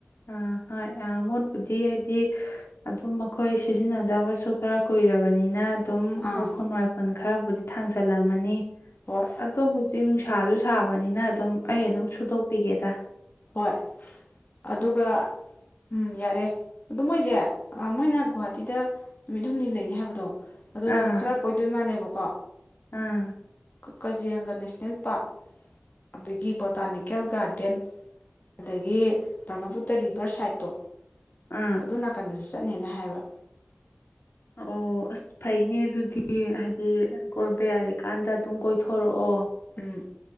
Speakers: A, on the left; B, on the left.
A: ꯑ ꯍꫭꯏ ꯑ ꯃꯣꯠꯄꯨꯗꯤ ꯍꯥꯏꯗꯤ ꯑꯗꯨꯝ ꯃꯈꯣꯏ ꯁꯤꯖꯤꯟꯅꯗꯕꯁꯨ ꯈꯔ ꯀꯨꯏꯔꯕꯅꯤꯅ ꯑꯗꯨꯝ
B: ꯑꯥ
A: ꯎꯐꯨ ꯋꯥꯄꯜ ꯈꯔꯕꯨꯗꯤ ꯊꯥꯡꯖꯜꯂꯝꯃꯅꯤ
B: ꯑꯣ
A: ꯑꯗꯣꯕꯨꯁꯨ ꯍꯧꯖꯤꯛ ꯅꯨꯡꯁꯥꯁꯨ ꯁꯥꯕꯅꯤꯅ ꯑꯗꯨꯝ ꯑꯩ ꯑꯗꯨꯝ ꯁꯨꯗꯣꯛꯄꯤꯒꯦꯗ
B: ꯍꯣꯏ ꯑꯗꯨꯒ ꯎꯝ ꯌꯥꯔꯦ ꯑꯗꯣ ꯃꯣꯏꯁꯦ ꯃꯣꯏꯅ ꯒꯨꯍꯥꯇꯤꯗ ꯅꯨꯃꯤꯠ ꯍꯨꯝꯅꯤ ꯂꯩꯅꯤ ꯍꯥꯏꯕꯗꯣ ꯑꯗꯣ
A: ꯑꯥ
B: ꯂꯝ ꯈꯔ ꯀꯣꯏꯗꯣꯏ ꯃꯥꯜꯂꯦꯕꯀꯣ
A: ꯑꯥ
B: ꯀꯖꯤꯌꯥꯪꯒ ꯅꯦꯁꯅꯦꯜ ꯄꯥꯔꯛ ꯑꯗꯒꯤ ꯕꯣꯇꯥꯅꯤꯀꯦꯜ ꯒꯥꯔꯗꯦꯟ ꯑꯗꯒꯤ ꯕ꯭ꯔꯃꯄꯨꯇ ꯔꯤꯕꯔ ꯁꯥꯏꯠꯇꯣ
A: ꯎꯝ
B: ꯑꯗꯨꯝ ꯅꯥꯀꯟꯗꯁꯨ ꯆꯠꯅꯦꯅ ꯍꯥꯏꯕ
A: ꯑꯣ ꯑꯁ ꯐꯩꯅꯦ ꯑꯗꯨꯗꯤ ꯍꯥꯏꯗꯤ ꯀꯣꯏꯕ ꯌꯥꯔꯤ ꯀꯥꯟꯗ ꯑꯗꯨꯝ ꯀꯣꯏꯊꯣꯔꯛꯑꯣ
B: ꯎꯝ